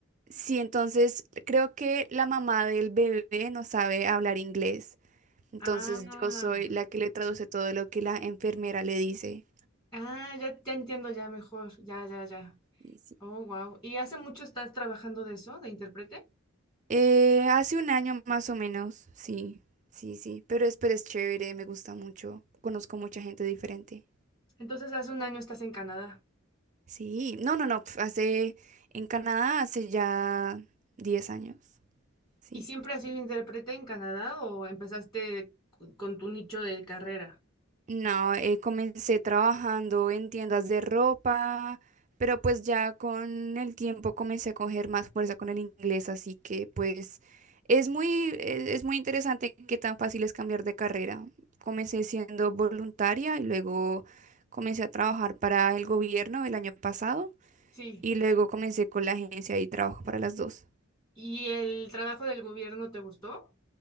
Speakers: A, on the right; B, on the left.
A: Sí, entonces creo que la mamá del bebé no sabe hablar inglés. Entonces
B: Ah,
A: yo soy la que le traduce todo lo que la enfermera le dice.
B: ah, ya, ya entiendo ya mejor. Ya, ya, ya.
A: Y sí.
B: Oh, wow. ¿Y hace mucho estás trabajando de eso, de intérprete?
A: Eh, hace un año más o menos, sí, sí, sí, pero es, pero es chévere, me gusta mucho, conozco mucha gente diferente.
B: Entonces, hace un año estás en Canadá.
A: Sí, no, no, no, pf, hace, en Canadá hace ya 10 años, sí.
B: ¿Y siempre has sido intérprete en Canadá o empezaste cu- con tu nicho de carrera?
A: No, eh, comencé trabajando en tiendas de ropa, pero pues ya con el tiempo comencé a coger más fuerza con el inglés, así que pues es muy, eh, es muy interesante qué tan fácil es cambiar de carrera. Comencé siendo voluntaria y luego comencé a trabajar para el gobierno el año pasado
B: Sí.
A: y luego comencé con la agencia y trabajo para las dos.
B: ¿Y el trabajo del gobierno te gustó?